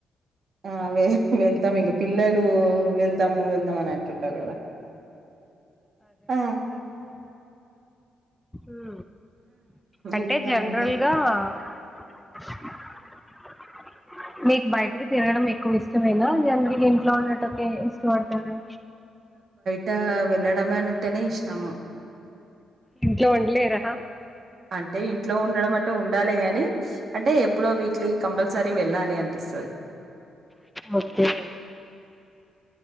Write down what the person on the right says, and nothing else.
ఆ వె వెళ్తాం ఇంక పిల్లలు వెళ్ దాము వెళ్దాం అంటున్నారు గదా ఆ
ఇంకా
అండి
ట వెళ్ళడమంటేనే ఇష్టము
అంటే ఇంట్లో ఉండడం అంటే ఉండాలె గాని అంటే ఎప్పుడో వీక్లీ కంపల్సరీ వెళ్ళాలి అనిపిస్తది